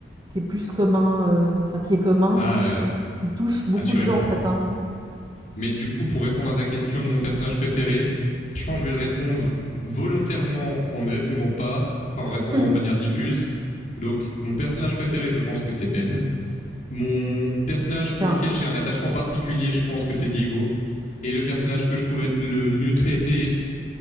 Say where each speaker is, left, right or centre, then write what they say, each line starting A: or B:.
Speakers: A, on the right; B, on the left.
A: qui est plus commun, euh, enfin qui est commun,
B: Ah, euh,
A: qui touche beaucoup
B: assurément.
A: de gens en fait. hein.
B: Mais du coup, pour répondre à ta question de mon personnage préféré, je pense que je vais le répondre volontairement en ne répondant pas, enfin
A: <laughs>
B: en répondant de manière diffuse. Donc, mon personnage préféré, je pense que c'est Ben. Mon personnage pour
A: Enfin,
B: lequel j'ai un attachement particulier, je pense que c'est Diego. Et le personnage que je trouve être le mieux traité